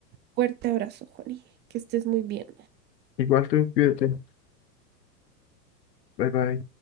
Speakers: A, on the right; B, on the left.
A: fuerte abrazo, Juani. Que estés muy bien.
B: Igual tú, cuídate. Bye bye.